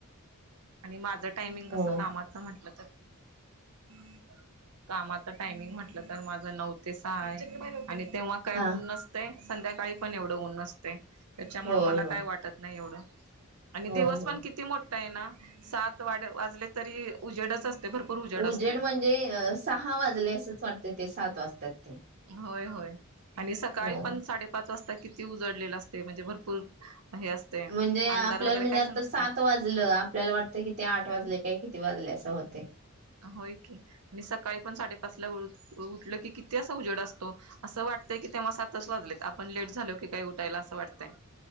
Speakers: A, on the right; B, on the right.
A: आणि माझं टायमिंग
B: हो
A: कस कामाचं म्हंटलं तर <inaudible> कामाचा टायमिंग म्हटलं तर माझं नऊ ते सहा आहे. आणि तेव्हा काय
B: हा
A: ऊन नसतय. संध्याकाळी पण एवढं ऊन नसतय. त्याच्यामुळ
B: होय
A: मला
B: होय
A: काय वाटत नाही एवढं. आणि
B: होय
A: दिवस
B: होय.
A: पण किती मोठ <unintelligible> सात वा वाजले तरी उजेडच अस ते भरपूर उजाड
B: उजेड
A: असतय.
B: म्हणजे सहा वाजले असच वाटतंय ते सात वाज त.
A: होय होय, आणि सकाळी
B: हो.
A: पण साडेपाच स्ता किती उजडलेला असते म्हणजे भरपूर हे असते
B: म्हणजे,
A: अंधार
B: आपल्याला
A: वगैरे
B: म्हणजे
A: काहीच
B: आता
A: नसतोय
B: सात वाजलं आपल्याला वाटतं किती आठ वाजले काय कि वादल्या असं होते.
A: होय की, मी सकाळी पण साडेपाच ला उठल की किती असं उजड असतो. असं वाटतंय कि तेव्हा सातच वाजलेत आपण लेट झालो की काही उठायला असं वाटतंय.